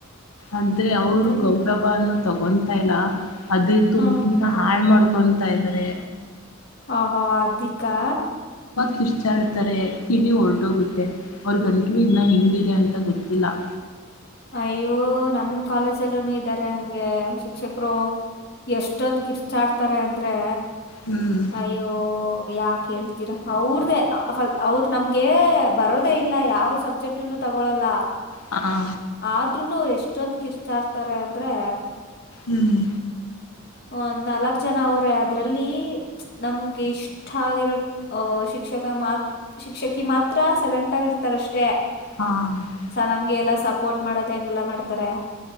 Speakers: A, on the left; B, on the left.
A: ಆದ್ರೆ ಅವರು
B: ಹ್ಮ್
A: ಗೌರವನ್ನ ತಗೊತಾಲ್ಲ ಅದ್ರ ತುಿನ
B: ಹ್ಮ್
A: ಹಾಳ್ ಮಾಡ್ಕೊತಾ ಇದಾರೆ
B: ಆಹೋ ಅಧಿಕಾ
A: ತಿಿರ್ಚಾಡ್ತಾರೆ ಕಳಿ ಹೊರ್ಟೋಗುತ್ತೆ ಅವ್ರ ಗಂಟ್ಲು ಇನ್ನ ಹೆಿಂಗಿದೆ ಅಂತ ಗೊತ್ತಿಲ್ಲ <inaudible>
B: ಅಯ್ಯೋ ನಮ್ ಕಾಲೇಜಲ್ಲ ಇದ್ದಾರೆ ಹಂಗೆ ಶಿಕ್ಷಕರು ಎಷ್ಟೊಂದ್ ಕಿರ್ಚಾಡ್ತಾರೆ ಅಂದ್ರೆ
A: ಹ್ಮ್
B: ಅಯ್ಯೋ ಯಾಕ್ ಹೇಳ್ತೀರಾ ಅವ್ರ್ದೇ ಅವ್ರ ನಮ್ಗೆ ಬರೋದ ಇಲ್ಲ ಯಾವ ಸಬ್ಜೆಕ್ಟ್ನು ತಗೊಳಲ್ಲ
A: ಹಾ
B: ಆದ್ೂನು ಅವರು ಎಷ್ಟ ಇಷ್ಟೊಂದ್ ಕಿರ್ಚಾಡ್ತಾರೆ ಅಂದ್ರೆ
A: ಹ್ಮ್
B: ್ ನಾಲ್ಕ್ ಜನ ಅವ್ರೆ ಅದ್ರಲ್ಲಿ ನಮ್ಗೆ ಇಷ್ಟ ಆಗಿರೋ ಅಹ ಶಿಕ್ಷ ಶಿಕ್ಷ ಶಿಕ್ಷಕಿ ಮಾತ್ರ ಸೈಲೆಂಟ್ ಆಗಿರ್ತಾರೆ ಅಷ್ಟೆ ಟೆ
A: ಹಾ
B: ಸ ನಮ್ಗೆ ಎಲ್ಲ ಸಪೋರ್ಟ್ ಮಾಡೋದು ಹೆಂಗೆಲ್ಲ ಮಾಡ್ತಾರೆ